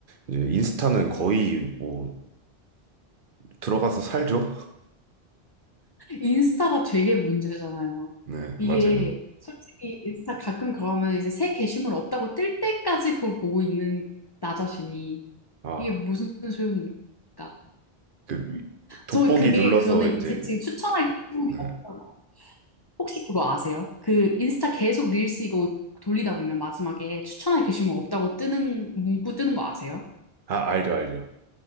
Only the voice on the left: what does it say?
인스타가 되게 문제잖아요.
이게
솔직히 인스타 가끔 그러면 이제 새 게시물 없다고 뜰 때까지 그걸 보고 있는 나 자신이
이게 무슨 소용입니까?
저 그게
저는
이제 지금 추천할 게
없어요. 혹시 그거 아세요? 그 인스타 계속 릴스 이거 돌리다 보면 마지막에 추천할 게시물 없다고 뜨는 문구 뜨는 거 아세요?